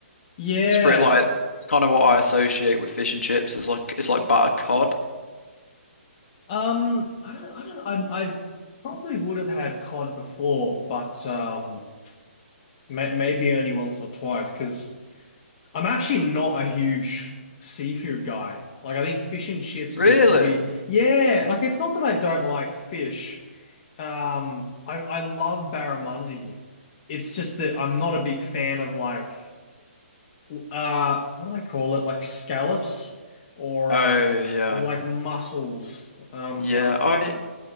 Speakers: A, on the left; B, on the left.
A: Yeah.
B: It's pretty like it's kind of what I associate with fish and chips. Is like it's like battered cod.
A: Um, I don't, I don't, I, I probably would have had cod before, but um, may, maybe only once or twice because I'm actually not a huge seafood guy. Like, I think fish and chips
B: Really?
A: is probably, yeah, like it's not that I don't like fish. Um, I, I love barramundi. It's just that I'm not a big fan of like, uh, what do they call it? Like scallops or,
B: Oh
A: um,
B: yeah,
A: or like mussels. Um,
B: yeah.
A: I don't-
B: I